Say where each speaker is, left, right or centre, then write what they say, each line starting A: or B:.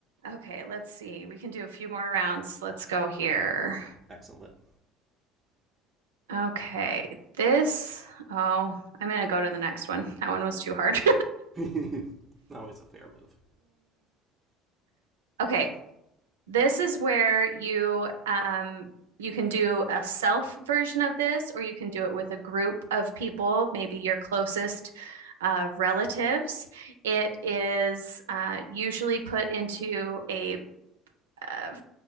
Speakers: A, on the right; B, on the right.
A: Okay, let's see. We can do a few more rounds. Let's go here.
B: excellent.
A: Okay, this. Oh, I'm gonna go to the next one. That one was too hard.
B: <laughs> Always a fair move.
A: <laughs> Okay, This is where you um you can do a self version of this, or you can do it with a group of people, maybe your closest uh, relatives. It is uh, usually put into a uh,